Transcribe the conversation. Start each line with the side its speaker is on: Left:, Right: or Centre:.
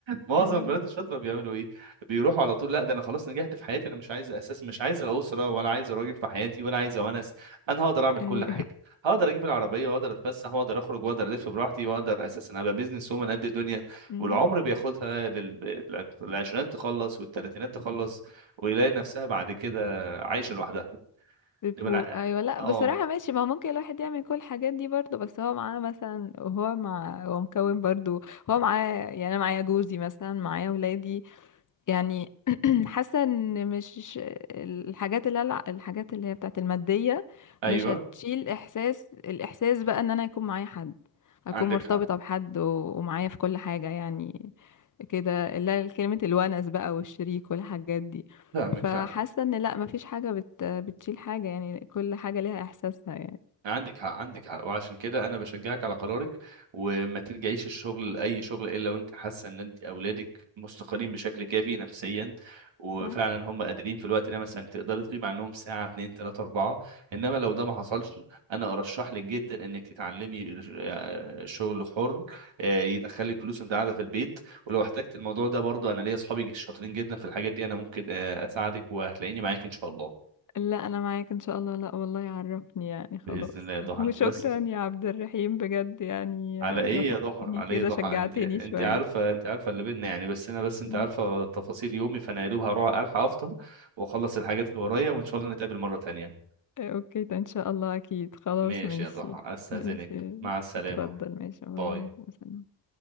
Right: معظم
Left: ايوه
Right: البنات الشاطره بيعملوا ايه بيروحوا على طول لا ده انا خلاص نجحت في حياتي انا مش عايز اساس مش عايز الاسره ولا عايز راجل في حياتي ولا عايز ونس انا هقدر اعمل كل
Left: ايوه
Right: حاجه
Left: <laughs>
Right: هقدر اجيب العربيه واقدر اتفسح واقدر اخرج واقدر الف براحتي واقدر اساسا ابقى بيزنس وومن قد الدنيا
Left: امم
Right: والعمر بياخدها لل- للعشرينات تخلص والتلاتينات تخلص ويلاقي نفسها بعد كده عايشة لوحدها
Left: بيفوق
Right: يبقى أنا-
Left: ايوه لا
Right: اه
Left: بصراحه ماشي ما هو ممكن الواحد يعمل كل الحاجات دي برضه بس هو معاه مثلا هو مع هو مكون برضه هو معاه يعني انا معايا جوزي مثلا معايا ولادي يعني <clears throat> حاسه ان مش الحاجات اللي هلع- الحاجات اللي هي بتاعت الماديه
Right: ايوه
Left: مش هتشيل احساس الاحساس بقى ان انا يكون معايا حد اكون
Right: عندك
Left: مرتبطه
Right: حق
Left: بحد و- ومعايا في كل حاجه يعني كده لا كلمه الونس بقى والشريك والحاجات دي
Right: فاهمك
Left: فحاسه
Right: فاهمك
Left: ان لا مفيش حاجه بت بتشيل حاجه يعني كل حاجه ليها احساسها يعني
Right: عندك حق عندك حق وعشان كده انا بشجعك على قرارك وما ترجعيش الشغل لاي شغل الا وانت حاسه ان انت اولادك مستقرين بشكل كافي نفسيا وفعلا
Left: صح
Right: هم قادرين في الوقت ده مثلا تقدري تغيبي عنهم ساعه اتنين تلاته اربعه انما لو ده ما حصلش انا ارشح لك جدا انك تتعلمي ش- آه، شغل حر آه، يدخلك فلوس وانت قاعده في البيت ولو احتجت الموضوع ده برضو انا ليا اصحابي شاطرين جدا في الحاجات دي انا ممكن آه، اساعدك وهتلاقيني معاك ان شاء الله
Left: لا انا معاك ان شاء الله لا والله عرفني يعني خلاص
Right: باذن الله يا ضحى
Left: <laughs> وشكرا
Right: انت بس
Left: يا عبد الرحيم بجد يعني
Right: على
Left: آه،
Right: ايه
Left: نصحتني
Right: يا ضحى على
Left: كده
Right: ايه يا ضحى
Left: شجعتني
Right: انت انت
Left: شوية
Right: عارفه انت عارفه اللي بينا يعني بس انا بس انت
Left: <laughs> مم.
Right: عارفه تفاصيل يومي فانا يا دوب هروح الحق افطر واخلص الحاجات اللي ورايا وان شاء الله نتقابل مره تانية
Left: آه، اوكي ده ان شاء الله اكيد خلاص
Right: ماشي
Left: ماشي
Right: يا ضحى استاذنك
Left: ماشي
Right: مع السلامه
Left: اتفضل ماشي باي
Right: باي
Left: باي مثلا